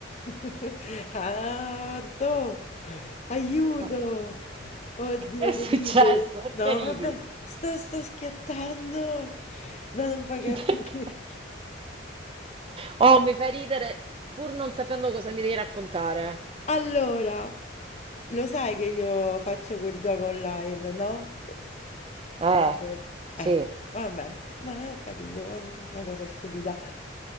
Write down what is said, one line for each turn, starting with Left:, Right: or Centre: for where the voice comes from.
Left: <laughs> Ah, Anto, aiuto!
Right: No. <laughs>
Left: Oddio,
Right: Che è successo?
Left: che ride!
Right: Perché
Left: No,
Right: ridi?
Left: vabbè, sto, sto schiattando! No, non puoi capire.
Right: <laughs> Perché? Oh, mi fai ridere pur non sapendo cosa mi devi raccontare.
Left: Allora, lo sai che io faccio quel gioco online, no? Eh,
Right: Eh, sì.
Left: eh, vabbè, no, ho capito, una cosa stupida.